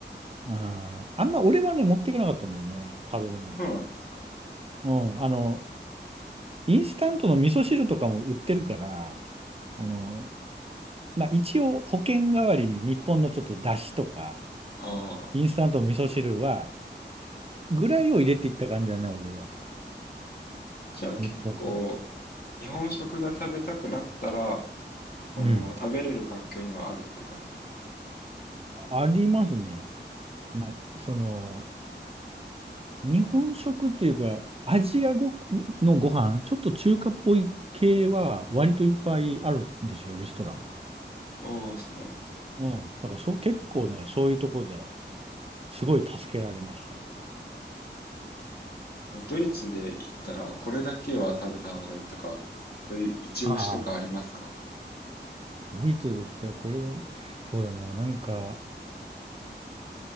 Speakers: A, on the right; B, on the left.
A: あー、あんま俺はね、持っていかなかったんだよね、食べ物。
B: そうなんですか。
A: うん、あの、インスタントの味噌汁とかも売ってるから、あの、まあ、一応保険代わりに日本のちょっと出汁とか、
B: ああ。
A: インスタントの味噌汁は、ぐらいを入れていった感じだな、俺は。
B: じゃあ結構、
A: 日本から。
B: 日本食が食べたくなったら、この食べれる環境にはあるって感じですか。
A: うん。ありますね。まあ、その、日本食っていうか、アジアごのご飯、ちょっと中華っぽい系は割といっぱいあるんですよ、レストラン
B: ああ、そうなんですね。
A: も。うん。だからそ、結構ね、そういうところですごい助けられました。
B: そのドイツで行ったら、これだけは食べた方がいいとか、そういう一押しとかありますか
A: ああ。ドイツで言ったらこれ、そうだな、なんか、